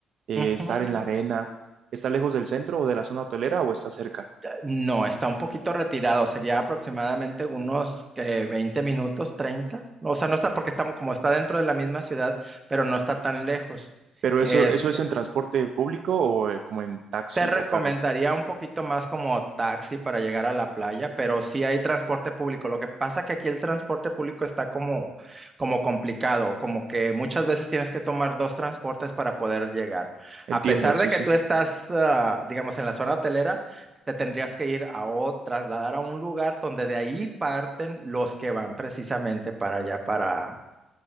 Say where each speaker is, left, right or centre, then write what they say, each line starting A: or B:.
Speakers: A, on the right; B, on the right.
A: eh,
B: Ujú.
A: estar en la arena, ¿está lejos del centro o de la zona hotelera o está cerca?
B: No, está un poquito retirado, sería aproximadamente unos que 20 minutos, 30. O sea, no está porque estamos como está dentro de la misma ciudad, pero no está tan lejos.
A: Pero
B: Eh,
A: eso, eso es en transporte público o eh, como en taxi
B: te recomendaría
A: o carro.
B: un poquito más como taxi para llegar a la playa, pero sí hay transporte público. Lo que pasa que aquí el transporte público está como, como complicado, como que muchas veces tienes que tomar dos transportes para poder llegar.
A: Entiendo,
B: A pesar
A: sí,
B: de que
A: sí.
B: tú estás, ah, digamos, en la zona hotelera, te tendrías que ir a o trasladar a un lugar donde de ahí parten los que van precisamente para allá, para,